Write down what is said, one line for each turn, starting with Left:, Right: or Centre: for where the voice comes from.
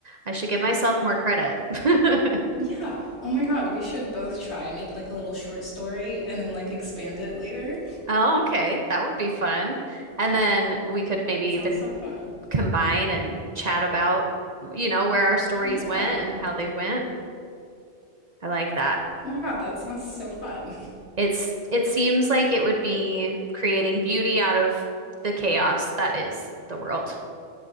Right: I should give myself more credit. <laughs>
Left: Yeah. Oh my God, we should both try. Make, like, a little short story and then, like, expand it later.
Right: Oh, okay. That would be fun. And
Left: That
Right: then we could maybe even
Left: Sounds so fun.
Right: combine and chat about, you know, where our stories
Left: Yeah.
Right: went and how they went. I like that.
Left: Oh my God, that sounds so fun. <laughs>
Right: It's it seems like it would be creating beauty out of the chaos that is the world.